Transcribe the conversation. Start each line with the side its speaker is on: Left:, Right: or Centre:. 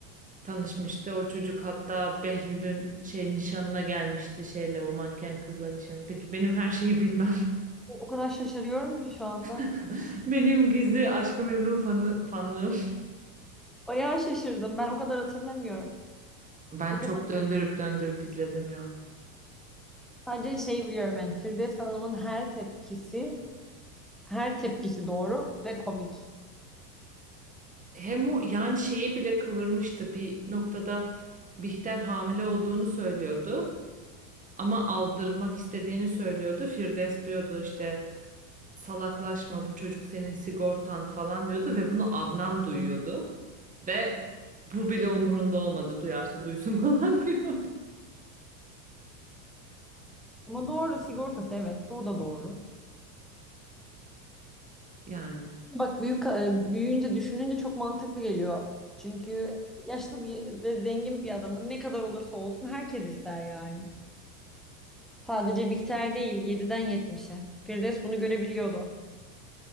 Right: Tanışmıştı. O çocuk hatta Behlül'ün şey nişanına gelmişti şeyle o manken kızla nişanı. Peki benim her şeyi bilmem.
Centre: O o kadar şaşırıyorum ki şu anda.
Right: <laughs> Benim gizli Aşk-ı Memnu fanı, fanlığım.
Centre: Bayağı şaşırdım. Ben o kadar hatırlamıyorum.
Right: Ben
Centre: O kadar
Right: çok döndürüp döndürüp izledim ya.
Centre: sadece şey biliyorum yani Firdevs Hanım'ın her tepkisi, her tepkisi doğru ve komik.
Right: Hem o yani şeyi bile kıvırmıştı bir noktada Bihter hamile olduğunu söylüyordu. Ama aldırmak istediğini söylüyordu. Firdevs diyordu işte salaklaşma bu çocuk senin sigortan falan diyordu ve bunu Adnan duyuyordu. Ve bu bile umurunda olmadı duyarsa duysun <laughs> falan diyordu.
Centre: Ama doğru sigortası evet, o da doğru.
Right: Yani
Centre: Bak büyük e, büyüyünce düşününce çok mantıklı geliyor. Çünkü yaşlı bir ve zengin bir adamın ne kadar olursa olsun herkes ister yani. Sadece Bihter değil, Yediden yetmişe. Firdevs bunu görebiliyordu.